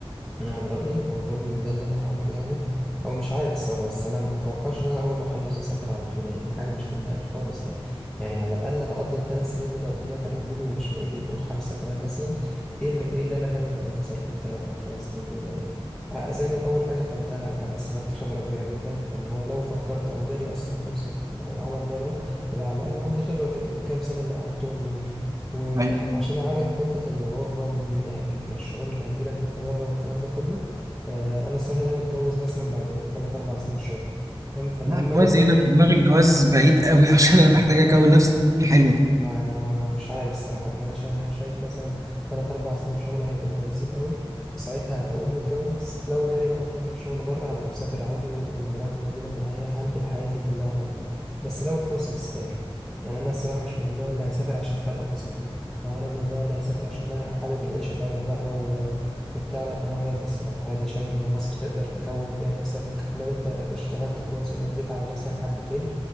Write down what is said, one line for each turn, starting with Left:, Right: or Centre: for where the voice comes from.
Centre: انا عن رايي واظن ان ده اللي انا هعمله يعني او مش عارف الصراحه بس انا ما اتوقعش ان انا اول ما اخلص اسافر على طول يعني دي حاجه مش في دماغي خالص يعني يعني على الاقل هقضي الثلاث سنين اللي انا قلت لك عليهم دول ومش بعيد يبقوا خمسه كمان مثلا ايه اللي ايه اللي انا ناوي بقى يحصل في الثلاث او خمس سنين دول يعني آه، زي ما اول حاجه انت قلتها هبقى استفدت خبره كبيره جدا فاللي هو لو فكرت او جالي اصلا فرصه عمل بره هبقى على الاقل عندي خبره في الكام سنه اللي قعدتهم دول وعشان
Right: ايوه
Centre: اعالج حته الغربه والشعور اللي هيجيلك وانت بره والكلام ده كله آه، انا الصراحه ناوي اتجوز مثلا بعد 3 4 سنين شغل فاهم فانا
Right: لا
Centre: لما
Right: الجواز
Centre: اجي اسافر
Right: هنا في دماغي الجواز بعيد قوي <laughs> عشان انا محتاج اكون
Centre: لا لا
Right: نفسي تكوين حلوه
Centre: ما انا ما مش عارف الصراحه يعني انا شا- شايف مثلا تلات اربع سنين شغل هيبقوا كويسين قوي وساعتها اقوم متجوز لو جالي بقى فرصه شغل بره هبقى مسافر عادي و- ومراتي موجوده معايا هنقل حياتي كلها على هناك بس لو الفرصه تستاهل يعني انا الصراحه مش من النوع اللي هيسافر عشان فرق بسيط او انا من النوع اللي هيسافر عشان انا حابب العيشه بره بقى و... وبتاع لا انا عادي الصراحه عادي شايف ان مصر تقدر تكون فيها نفسك لو انت اشتغلت كويس وجيت على نفسك حبتين